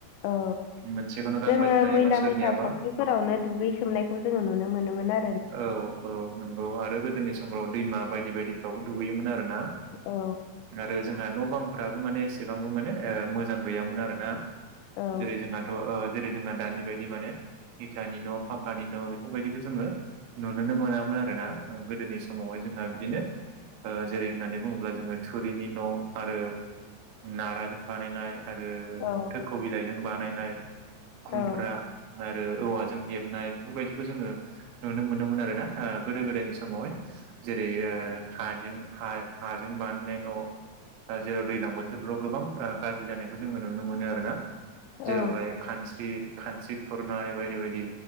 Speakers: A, on the left (about 80°); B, on the right (about 75°).
A: औ
B: <unintelligible> गानबाय
A: जोङो
B: थानाय
A: मैला
B: एबा सोरनियाबा
A: मैथा फुख्रिफोरावनो दुगैसोमनायखौ जोङो नुनो मोनोमोन आ
B: औ औ नंगौ आरो गोदोनि समफ्राव दैमा बायदि बायदि फोरावबो दुगैयोमोन आरो ना
A: औ
B: आरो जों न' बांफ्राबो माने एसेबांबो माने ओ मोजां गैयामोन आरो ना।
A: औ
B: जेरै जोंहाथ' ओ जेरै जोंहा दानि बायदि माने इथानि न' फाकानि न' बेफोरबायदिखौ जोङो नुुनोनो मोनामोन आरो ना। गोदोनि समावहाय जोंहा बिदिनो ओ जेरै होननानै बुङोब्ला जोङो थुरिनि न' आरो नाराजों बानायनाय आरो
A: औ
B: थोख' बिलाइजों बानायनाय। खुमफ्रा
A: औ
B: आरो औवाजों हेबनाय बेफोरबायदिखौ जोङो नुनो मोनदोंमोन आरो ना ओ गोदो गोदायनि समावहाय। जेरै ओ हाजों हा-हाजों बानायनाय न' ओ जेराव दैलां बोथोरफ्राव गोबां ओ गाज्रि जानायखौ जोङो नुनो मोनो आरो ना। जेरावहाय
A: औ
B: खानस्रि खानस्रि खुरनाय बायदि बायदि